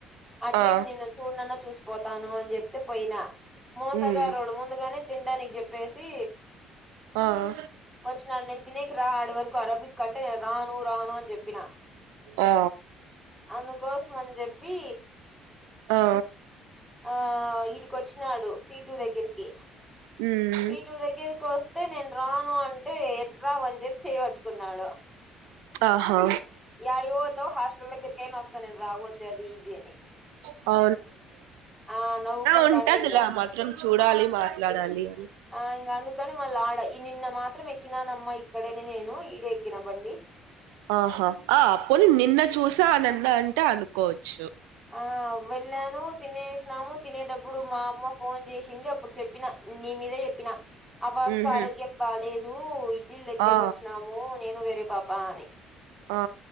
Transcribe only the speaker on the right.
ఆ
మ్మ్
ఆ ఆ
ఆ
ఆ
మ్మ్
ఆహా
ఆ
ఉంటదిలే
ఆ మాత్రం చూడాలి మాట్లాడాలి అని
ఆహా ఆ అప్పును నిన్న చూసా ఆనన్న అంటే అనుకోవచ్చు
ఉహు
ఆ
ఆ